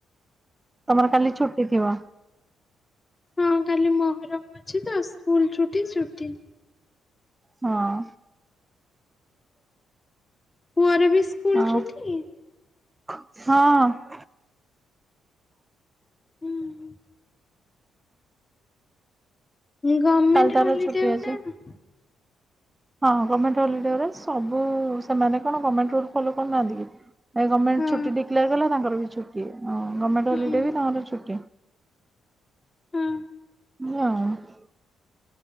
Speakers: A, on the right (about 20°); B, on the left (about 25°).
A: ତମର କାଲି ଛୁଟି ଥିବ!
B: ହଁ କାଲି ମହରମ ଅଛି ତ, ସ୍କୁଲ ଛୁଟି ଛୁଟି।
A: ହଁ।
B: ପୁଅର ବି ସ୍କୁଲ
A: ଆଉ
B: ଛୁଟି,
A: ହଁ।
B: ହୁଁ। ଗମେଣ୍ଟ
A: କାଲି ତାର
B: ହଲିଡେ
A: ଛୁଟି
B: ଗୋଟେ
A: ଅଛି
B: <inaudible>
A: ହଁ, ଗର୍ମେଣ୍ଟ ହଲିଡେ ରେ ସବୁ ସେମାନେ କଣ ଗର୍ମେଣ୍ଟ ରୁଲ ଫଲୋ କରୁନାହାନ୍ତି କି? ଏଇ ଗର୍ମେଣ୍ଟ
B: ହଁ
A: ଛୁଟି ଡିକ୍ଲାର୍ କଲା, ତାଙ୍କର ବି ଛୁଟି। ଗର୍ମେଣ୍ଟ
B: ହୁଁ
A: ହଲିଡେ ବି ତାଙ୍କର ଛୁଟି।
B: ହୁଁ।
A: <inaudible>